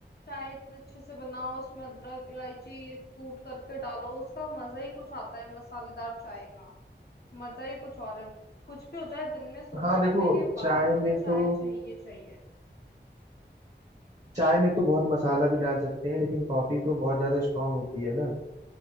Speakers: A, on the left; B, on the right.
A: चाय इतने अच्छे से बनाओ उसमें अदरक इलायची कूट करके डालो उसका मजा ही कुछ आता है मसालेदार चाय का मजा ही कुछ और है कुछ भी हो जाए दिन में सुबह
B: हाँ
A: उठने
B: देखो
A: के
B: चाय
A: बाद में
B: में
A: तो चाय
B: तो
A: चाहिए चाहिए
B: चाय में तो बहुत मसाला भी डाल सकते हैं लेकिन कॉफी तो बहुत ज्यादा स्ट्रांग होती है ना